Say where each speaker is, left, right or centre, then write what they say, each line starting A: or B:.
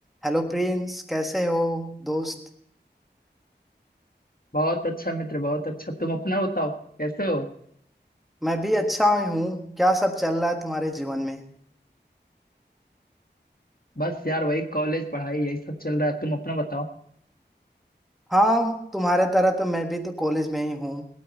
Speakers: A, in the centre; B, on the left.
A: हेलो प्रिंस कैसे हो दोस्त
B: बहुत अच्छा मित्र बहुत अच्छा तुम अपना बताओ कैसे हो
A: मैं भी अच्छा हूँ क्या सब चल रहा है तुम्हारे जीवन में
B: बस यार वही कॉलेज पढ़ाई यही सब चल रहा है तुम अपना बताओ
A: हाँ तुम्हारे तरह तो मैं भी तो कॉलेज में ही हूँ